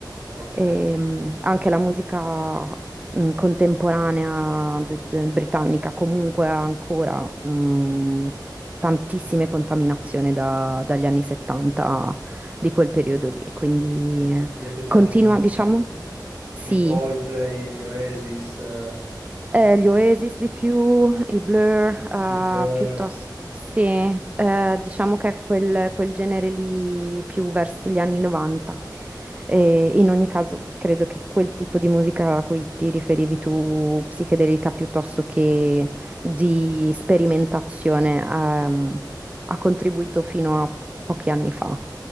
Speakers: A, on the right; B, on the right.
A: Ok.
B: e, mh, anche la musica mh, contemporanea de- de- britannica comunque ha ancora mh, tantissime contaminazioni da- dagli anni 70 di quel periodo lì, quindi eh,
A: Quindi A te piacciono
B: continua, diciamo, sì,
A: i Coldplay, gli Oasis, eh,
B: eh, gli Oasis di più, i Blur, eh,
A: i Blur,
B: piuttosto sì, eh, diciamo che è quel, quel genere lì più verso gli anni 90. E in ogni caso, credo che quel tipo di musica a cui ti riferivi tu, psichedelica piuttosto che di sperimentazione, ehm, ha contribuito fino a pochi anni fa,